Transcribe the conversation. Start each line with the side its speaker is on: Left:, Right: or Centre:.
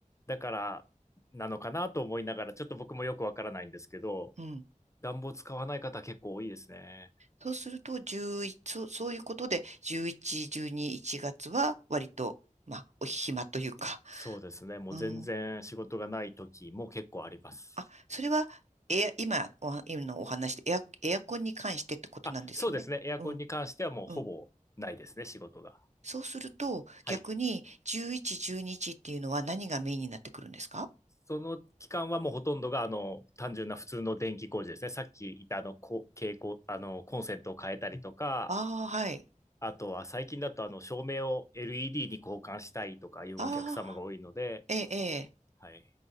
Left: だから、なのかなと思いながら、ちょっと僕もよくわからないんですけど、
Right: うん
Left: 暖房使わない方結構多いですね。
Right: そうすると、11、そうそういうことで、11、12、1月は割と、まあ、お暇というか、
Left: そうですね。もう全然仕事がない時も結構あります。
Right: うん。あ、それは、エア、今、お、今のお話でエア、エアコンに関してってことなんですよね。
Left: あ、そうですね。エアコンに関してはもうほぼないですね、
Right: うん、うん。
Left: 仕事が。
Right: そうすると、逆に、
Left: はい。
Right: 11、12日っていうのは何がメインになってくるんですか
Left: その期間はもうほとんどが、あの、単純な普通の電気工事ですね。さっき言ったあの、こ蛍光、あの、コンセントを変えたりとか、
Right: ああー、はい。
Left: あとは最近だとあの照明を LED に交換したいとかいうお客様が多いので、
Right: ああ、ええ、え
Left: はい。